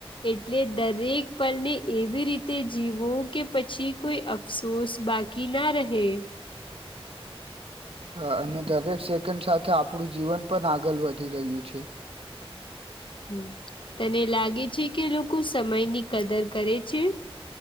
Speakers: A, on the left (about 55°); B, on the right (about 65°).
A: એટલે દરેક પલને એવી રીતે જીવો કે પછી કોઈ અફસોસ બાકી ના રહે.
B: હ અને દરેક સેકન્ડ સાથે આપણું જીવન પણ આગળ વધી રહ્યું છે.
A: હમ તને લાગે છે કે લોકો સમયની કદર કરે છે.